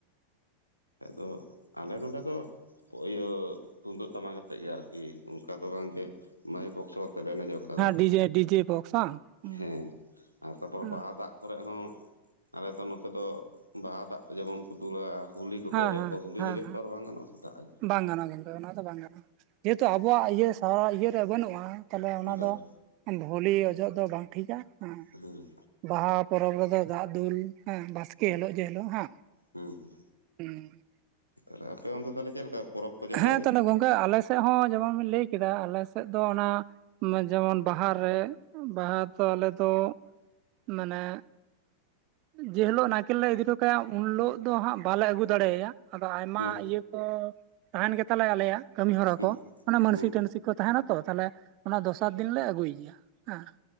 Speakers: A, on the left; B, on the right.
A: ᱟᱫᱚ ᱟᱞᱮ ᱱᱚᱰᱮ ᱫᱚ ᱤᱭᱟᱹ ᱛᱩᱢᱫᱟᱹᱜ ᱴᱟᱢᱟᱠ ᱟᱛᱮᱫ ᱜᱮ ᱟᱨᱠᱤ ᱚᱝᱠᱟ ᱫᱚ ᱵᱟᱝ ᱜᱮ ᱡᱮ ᱢᱟᱭ ᱵᱚᱠᱥᱚ ᱟᱛᱮᱫ ᱞᱮ ᱮᱱᱮᱡᱟ ᱚᱝᱠᱟ ᱫᱚ ᱵᱟᱝ,
B: ᱰᱤᱡᱮ ᱰᱤᱡᱮ ᱵᱚᱠᱥ ᱵᱟᱝ? ᱦᱩᱸ,
A: ᱦᱮᱸ ᱟᱨ ᱛᱟᱯᱚᱨ
B: ᱦᱩᱸ,
A: ᱵᱟᱦᱟ ᱫᱟᱜ ᱠᱚᱨᱮᱜ ᱦᱚᱸ ᱟᱞᱮ ᱫᱚ ᱱᱚᱛᱮ ᱫᱚ ᱵᱟᱦᱟ ᱫᱟᱜ ᱡᱮᱢᱚᱱ ᱠᱚ ᱫᱩᱞᱟ ᱦᱳᱞᱤ ᱠᱚᱠᱚ
B: ᱦᱮᱸ,
A: ᱚᱡᱚᱜ
B: ᱦᱮᱸ,
A: ᱟᱠᱣᱟ ᱦᱳᱞᱤ
B: ᱦᱮᱸ,
A: ᱚᱡᱚᱜ
B: ᱦᱮᱸ,
A: ᱛᱚ ᱵᱟᱝ ᱜᱟᱱᱚᱜᱼᱟ ᱥᱮᱛᱟᱜ
B: ᱵᱟᱝ ᱜᱟᱱᱚᱜᱼᱟ ᱠᱤᱱᱛᱩ ᱚᱱᱟ ᱫᱚ ᱵᱟᱝ ᱜᱟᱱᱚᱜᱼᱟ ᱡᱮᱦᱮᱛᱩ ᱟᱵᱚᱣᱟᱜ ᱤᱭᱟᱹ ᱥᱮᱣᱨᱟ ᱤᱭᱟᱹᱨᱮ ᱵᱟᱹᱱᱩᱜᱼᱟ ᱛᱟᱦᱞᱮ ᱚᱱᱟ
A: ᱵᱟᱝ
B: ᱫᱚ ᱵᱷᱩᱞᱤ ᱚᱡᱚᱜ ᱫᱚ ᱵᱟᱝ ᱴᱷᱤᱠᱟ ᱦᱮᱸ
A: ᱦᱩᱸ
B: ᱵᱟᱦᱟ ᱯᱚᱨᱚᱵᱽ ᱨᱮᱫᱚ ᱫᱟᱜ ᱫᱩᱞ ᱦᱮᱸ ᱵᱟᱥᱠᱮ ᱦᱤᱞᱳᱜ ᱡᱮ ᱦᱤᱞᱳᱜ ᱦᱮᱸ
A: ᱦᱩᱸ ᱦᱩᱸ
B: ᱦᱩᱸ
A: ᱛᱟᱦᱞᱮ ᱟᱯᱮ ᱚᱱᱛᱮ ᱛᱟᱦᱞᱮ ᱪᱮᱫ ᱞᱮᱠᱟ ᱯᱚᱨᱚᱵᱽ ᱠᱚ ᱪᱮᱫ ᱞᱮᱠᱟ
B: ᱦᱮᱸ
A: ᱦᱩᱭᱩᱜᱼᱟ
B: ᱛᱟᱦᱞᱮ ᱜᱚᱝᱠᱮ ᱟᱞᱮ ᱥᱮᱫ ᱦᱚᱸ ᱡᱮᱢᱚᱱ ᱵᱮᱱ ᱞᱟᱹᱭ ᱠᱮᱫᱟ ᱟᱞᱮ ᱥᱮᱫ ᱫᱚ ᱚᱱᱟ ᱡᱮᱢᱚᱱ ᱵᱟ ᱦᱟᱨ ᱵᱟᱦᱟ ᱛᱚ ᱟᱞᱮᱫᱚ ᱢᱟᱱᱮ ᱡᱮ ᱦᱤᱞᱳᱜ ᱱᱟᱭᱠᱮᱞ ᱞᱮ ᱤᱫᱤ ᱦᱚᱴᱚ ᱠᱟᱭᱟ ᱩᱱ ᱦᱤᱞᱳᱜ ᱫᱚ ᱦᱟᱸᱜ ᱵᱟᱞᱮ ᱟᱹᱜᱩ ᱫᱟᱲᱮᱣᱟᱭᱟ ᱟᱫᱚ ᱟᱭᱢᱟ
A: ᱦᱩᱸ
B: ᱤᱭᱟᱹ ᱠᱚ ᱛᱟᱦᱮᱱ ᱜᱮᱛᱟᱞᱮ ᱟᱞᱮᱭᱟᱜ ᱠᱟᱹᱢᱤ ᱦᱚᱨᱟ
A: ᱦᱩᱸ
B: ᱠᱚ ᱚᱱᱟᱮ ᱢᱟᱹᱱᱥᱤ
A: ᱦᱩᱸ
B: ᱴᱟᱹᱱᱥᱤ ᱠᱚ ᱛᱟᱦᱮᱱᱟ ᱛᱚ ᱛᱟᱦᱞᱮ ᱚᱱᱟ ᱫᱚᱥᱟᱨ ᱫᱤᱱ ᱞᱮ ᱟᱹᱜᱩᱭᱮᱭᱟ ᱦᱮᱸ